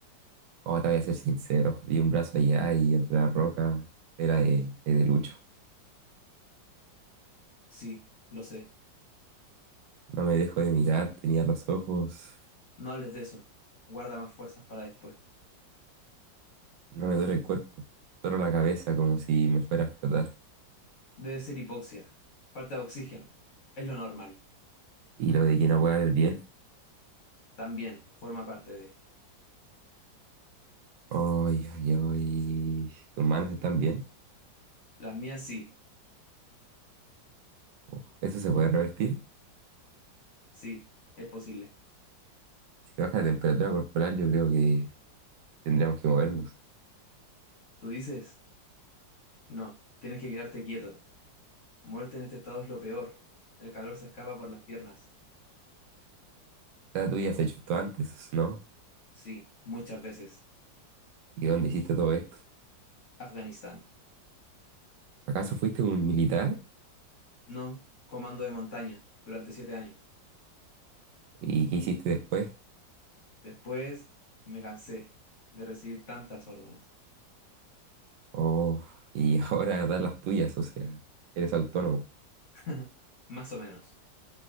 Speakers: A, on the right; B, on the left.
A: Ahora te voy a ser sincero, vi un brazo allá y entre la roca era de, de de Lucho.
B: Sí, lo sé.
A: No me dejo de mirar, tenía los ojos
B: No hables de eso. Guarda más fuerzas para después.
A: No me duele el cuerpo, solo la cabeza como si me fuera a explotar.
B: Debe ser hipoxia, falta de oxígeno. Es lo normal.
A: Y lo de que no pueda ver bien.
B: También forma parte de.
A: Ay, ay, ay. ¿Tus manos están bien?
B: Las mías sí,
A: Uf, ¿Eso se puede revertir?
B: sí, es posible.
A: Si baja la temperatura corporal, yo creo que tendríamos que movernos. O
B: ¿Tú dices? No, tienes que quedarte quieto. Muerte en este estado es lo peor. El calor se escapa por las piernas.
A: sea, tú ya has hecho esto antes, ¿no?
B: Sí, muchas veces.
A: ¿Y dónde hiciste todo esto?
B: Afganistán.
A: ¿Acaso fuiste un militar?
B: No, comando de montaña, durante siete años.
A: ¿Y qué hiciste después?
B: Después me cansé de recibir tantas órdenes.
A: Oh, y <laughs> ahora das las tuyas, o sea, eres autónomo.
B: <laughs> Más o menos.